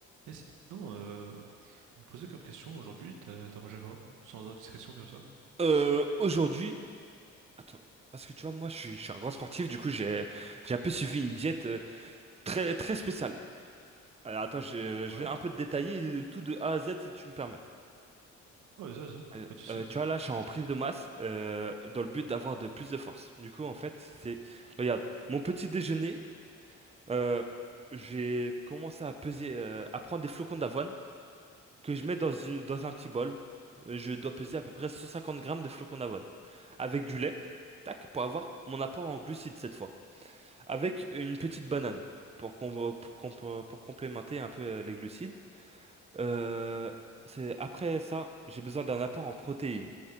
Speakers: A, on the right (about 80°); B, on the right (about 20°).
A: Et sinon, euh, je me posais comme question aujourd'hui, t'as t'as mangé quoi? Sans indiscrétion, bien sûr.
B: Euh, aujourd'hui, attends, parce que tu vois, moi, je suis, je suis un grand sportif, du coup, j'ai, j'ai un peu suivi une diète euh, très, très spéciale. Alors, attends, je,
A: Ouais.
B: je vais un peu te détailler euh, tout de A à Z si tu me permets.
A: Ouais, vas-y, vas-y,
B: Euh,
A: pas de souci.
B: euh, tu vois, là, je suis en prise de masse euh, dans le but d'avoir de plus de force. Du coup, en fait, c'est, regarde, mon petit déjeuner, euh, j'ai commencé à peser, euh, à prendre des flocons d'avoine. que je mets dans une- dans un petit bol. Euh, Je dois peser à peu près 150 grammes de flocons d'avoine. Avec du lait, tac, pour avoir mon apport en glucides cette fois. Avec une petite banane pour, com- pour, com- pour complémenter un peu euh, les glucides. Euh, c'est, après ça, j'ai besoin d'un apport en protéines,